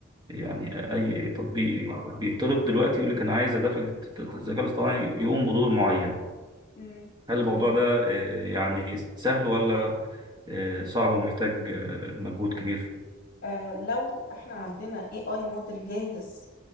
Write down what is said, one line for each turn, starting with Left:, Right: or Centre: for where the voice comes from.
Right: يعني أي تطبيق بيطلب دلوقتي يقول لك أنا عايز أدخل في الت- الت- الذكاء الاصطناعي يقوم بدور معين
Left: امم
Right: هل الموضوع
Left: ايوه
Right: ده آه، يعني سهل ولا آه، صعب ومحتاج آه، مجهود كبير؟
Left: آه لو احنا عندنا AI موديل جاهز